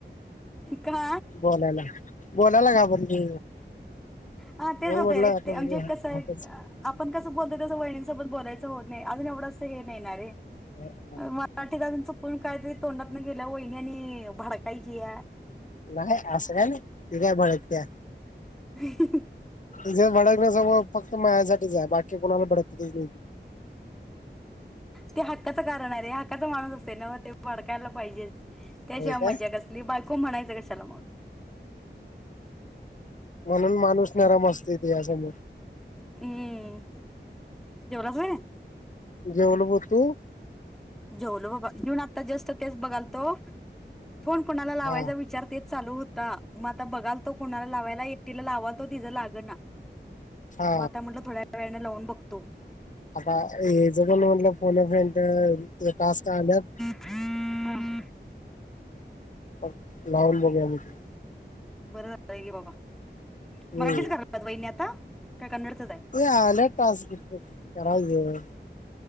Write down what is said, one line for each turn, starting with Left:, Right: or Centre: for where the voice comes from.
Centre: का.
Left: बोलायला. बोलाय ला घाबरली,
Centre: हा तेच
Left: मी
Centre: होतंय
Left: म्हणलं
Centre: रे ते म्हणजे कसं आहे
Left: <unintelligible>
Centre: आपण कसं बोलतोय तसं वहिणींसोबत बोलायचं होत नाही अजून एवढं असं हे नाहीणारे.
Left: <unintelligible>
Centre: मराठीत अजून चुकून कायतरी तोंडात गेल्या वहिनी आणि भडकाई ची या.
Left: नाही असं काय नाही, ती काय भडक त्या.
Centre: <inaudible>
Left: तीझ भडकण्या स्वभाव फक्त माझ्यासाठीच आहे बाकी कोणाला भडकतेच नाही ती.
Centre: ते हक्काचं कारण आहेे हक्काचा माणूस असत नव ते भडकायला पाहिजेच. त्याशिवाय
Left: होय काय
Centre: मज्जा कसली बायको म्हणायचं कशाला मग.
Left: म्हणून माणूस नराम असतय तीज्या समोर.
Centre: हम्म, जेवलास होय.
Left: जेवलब तू.
Centre: जेवलो बाबा जेऊन आता जस्ट तेच बघाल तो. फोन कुणाला लावायचा
Left: हा
Centre: विचार तेच चालू होता. म आता बघाल तो कुणाला लावायला एकटीला लावाल तो तिझं लाग ना,
Left: हा
Centre: म आता म्हटलं थोड्या वेळानं लावून बघतो.
Left: आता हेज पण म्हनलं फोन अ फ्रेंड ते टास्क आल्यात.
Centre: <inaudible>
Left: <unintelligible> लावून बघूया म्हटलं.
Centre: बरं झालंय घे बाबा,
Left: हम्म
Centre: मराठीच करायल्यात वहिनी आता, काय कन्नडचच हाय.
Left: ते आल्यात टास्क, करायचं.